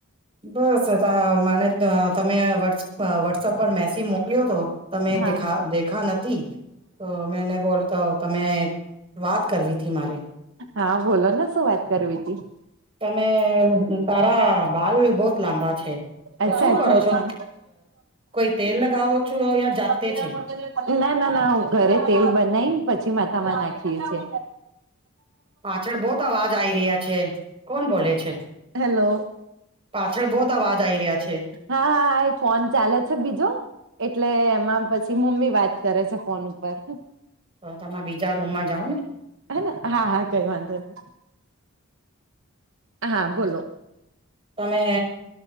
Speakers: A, on the right; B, on the right.
A: બસ હતા મને તમે વ વોટ્સઅપ પર મેસેજ મોકલ્યો હતો તમે
B: હા
A: દેખા દેખા નથી તો મેને બોલ તો તમે વાત કરવી થી મારે
B: હા બોલો ને શું વાત કરવીતી
A: તમે તારા હલ બહત લાંબા છે તો
B: અચ્છા
A: શું
B: અચ્છા
A: કરો
B: અચ્છા
A: છો કોઈ તેલ લગાવો છો યા જાતે
B: આપણે
A: છે
B: જ મોટ ના ના ના હું ઘરે તેલ બનાવી પછી માથામાં નાખીએ છીએ
A: પાછળ બોત અવાજ આવી રહ્યા છે કોણ બોલે છે
B: હેલો
A: પાછળ બહત અવાજ આવી રહ્યા છે
B: હા હા ફોન ચાલે છે બીજો એટલે એમાં પછી મમ્મી વાત કરે છે ફોન ઉપર
A: તો તમે બીજા રૂમમાં જાઓ ને
B: હે હા હા કઈ વાંધો નહી હા બોલો
A: તમે